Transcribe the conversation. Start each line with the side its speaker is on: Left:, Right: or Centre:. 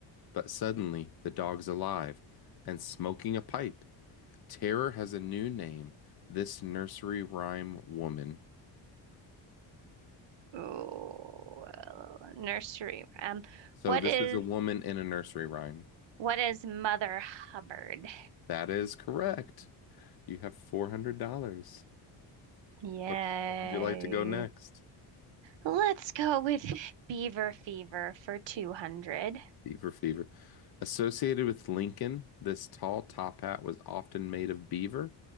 Left: but suddenly the dog's alive and smoking a pipe. Terror has a new name, this nursery rhyme woman.
Right: Oh, well, nursery rhyme.
Left: So
Right: What
Left: this
Right: is
Left: is a woman in a nursery rhyme.
Right: what is Mother Hubbard?
Left: That is correct. You have $400.
Right: Yay.
Left: Where, where would you like to go next?
Right: Let's go with Beaver Fever for 200.
Left: Fever, fever. Associated with Lincoln, this tall top hat was often made of beaver.